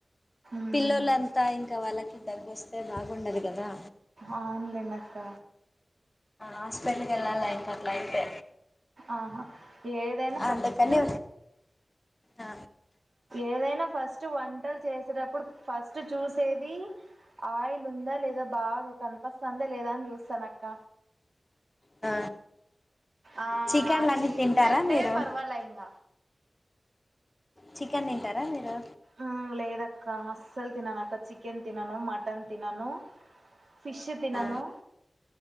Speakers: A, on the right (about 70°); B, on the left (about 25°).
A: మ్మ్.
B: పిల్లోలంతా ఇంక వాళ్ళకి దగ్గొస్తే బాగుండది గదా
A: అవునులేండి అక్క
B: హాస్పిటల్కి ఎల్లాలి <unintelligible> అయితే
A: ఆహా ఏదైనా ఫస్ట్
B: అందుకని ఆ
A: ఏదైన ఫస్ట్ వంటలు చేసేటప్పుడు ఫస్ట్ చూసేది ఆయిల్ ఉందా లేదా బాగు కన్పస్తందా లేదా అని జూస్తానక్క
B: ఆ
A: ఆ
B: చికెన్లు
A: అదీ
B: అన్నీ తింటారా
A: ఉందంటే
B: మీరు
A: పర్వాలె ఇంగ
B: చికెన్ తింటార మీరు
A: ఆ లేదక్కా అస్సల్ తినను అక్క చికెన్ తినను మటన్ తినను ఫిష్ష్ తినను
B: ఆ